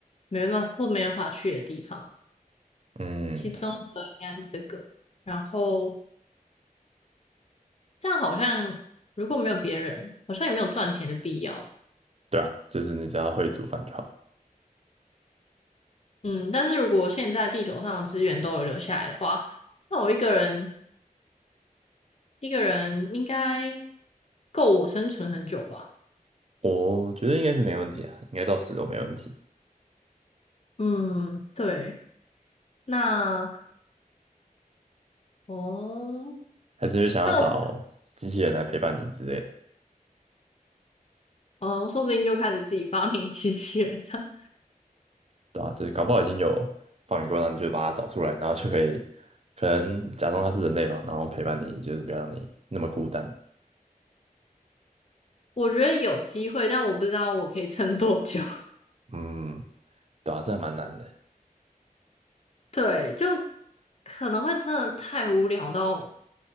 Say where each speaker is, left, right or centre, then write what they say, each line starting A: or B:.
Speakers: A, on the left; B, on the right.
A: 没办法或没办法去的地方，
B: 嗯，
A: 其中的应该是这个。然后这样好像如果没有别人，好像也没有赚钱的必要。
B: 对啊，就是你只要会煮饭就好。
A: 嗯，但是如果现在地球上的资源都有留下来的话，那我一个人。一个人应该够我生存很久吧？
B: 我觉得应该是没问题啊，应该到死都没问题。
A: 嗯，对。那哦，
B: 还是因为想要找机器人来陪伴你之类的，
A: 那我可哦，说不定就开始自己发明机器人这样。
B: 对吧？就是搞不好已经有发明过，然后你就把它找出来，然后就可以可能假装它是人类嘛，然后陪伴你，就是不要让你那么孤单。
A: 我觉得有机会，但我不知道我可以撑多久。
B: 嗯，对啊，这还蛮难的，
A: <laughs> 对，就可能会真的太无聊到